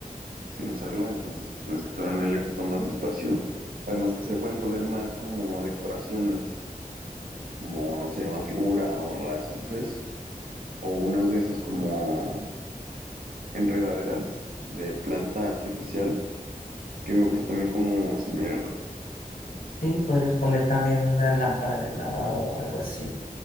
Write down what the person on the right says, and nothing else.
sin usarlo. Entonces, pues un escritorio en L ocupa más espacio. Además de que se le pueden poner más como decoraciones, como, no sé, una figura o las luces, o unas de esas como enredaderas de planta artificial que me gusta también cómo se miran.